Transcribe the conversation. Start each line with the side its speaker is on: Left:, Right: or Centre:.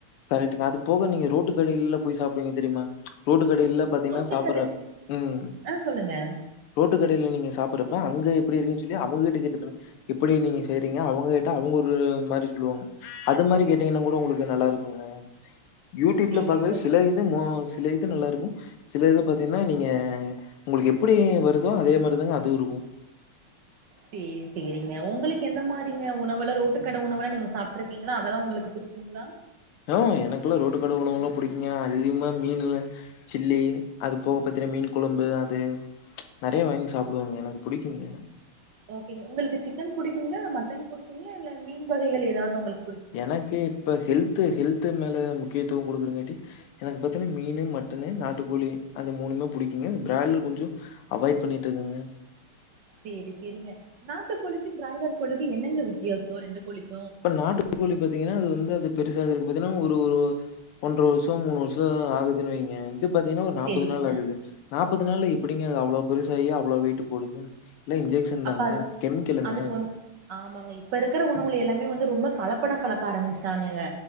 Left: கரெக்டுக் அது போக நீங்க ரோட்டு கடையில போய் சாப்பிடுவீங்க தெரியுமா ப்ச் ரோட் ரோட்டு கடையில பாத்தீங்கன்னா
Right: ரோட்டு
Left: சாப்பிட்ற
Right: கட
Left: ம்
Right: ஆ சொல்லுங்க
Left: ரோட்டு கடையில் நீங்க சாப் துறுப்ப அங்க எப்பிடி இருக்குனு சொல்லி அவுங்கட்ட கேட்டுபாருங்க எப்டி நீங்க செய்றீங்க அவுங் கேட்டா அவுங்க ஒரு மாரி சொல்லுவாங்க அது மாரி கேட்டிங்கனா கூட உங்களுகு நல்லாருக் <unintelligible> யூட்யூப்ல
Right: சேரிங்க
Left: பாக்றது சில இது மோ சில இது நல்லா இருக் சில இது பாத்தீங்கன்னா நீங்க உங்களுக்கு எப்படி வருதோ அதே மாதிரிதாங்க அது இருக்கு
Right: சேரி சேரிங்க உங்களுக்கு எந்த மாரிங்க உணவுல ரோட்டு கட உணவுலா நீங்க சாப்பிட்டு இருக்கீங்களா அதெல்லா உங்களுக்கு பிடிக்குங்களா
Left: ஆஹ் எனக்குல்லா ரோட்டு கட உணவு எல்லா பிடிக்குங்க அதிகமா மீன்னு சில்லி அது போக பத்தின மீன் குழம்பு அது நெறைய வாங்கி சாப்பிடுவாங்க எனக்கு பிடிக்குங்க
Right: ஓகேங்க உங்களுக்கு சிக்கன் பிடிக்குங்களா இல்ல மட்டன் பிடிக்குங்களா இல்ல மீன் வகைகள் ஏதாவது உங்களுக்
Left: எனக்கு இப்ப ஹெல்து ஹெல்து மேல முக்கியத்துவம் கொடுக்குறங்கட்டி எனக் பத்தன்ன மீன்னு மட்டன்னு நாட்டுக்கோழி அந்த மூணுமே பிடிக்குங்க பிராயலர் கொஞ்ச அவாய்ட் பண்ணிட்டு இருக்கங்க
Right: சேரி சேரிங்க நாட்டுக்கோழிக்கு பிராய்லர் கோழிக்கு என்னெங்க வித்தியாசம் ரெண்டு கோழிக்
Left: இப்ப நாட்டுக்கோழி பாத்தீங்கன்னா அது வந்து அது பெருசாகறக்கு பாத்தீங்கன்னா ஒரு ஒரு ஒன்றர வருஷ மூணு வருஷ ஆகுதுன்னு வைங்க இது பாத்தீங்கன்னா ஒரு நாப்பது
Right: சேரிங்க
Left: நாள் ஆகுது நாப் முப்பது நாளுல எப்பிடிங்க அவ்ளோ பெருசாயி அவ்ளோ வெயிட் போடுது எல்லாம் இன்ஜெக்ஷன்
Right: அப்ப
Left: தாங்க,
Right: அது
Left: கெமிக்கலுங்க.
Right: அதுக்கு வந்து ஆமாங்க இப்ப இருக்கிற உணவு எல்லாமே வந்து ரொம்ப கலப்பட கலக்க ஆரம்பிச்சிட்டாங்கக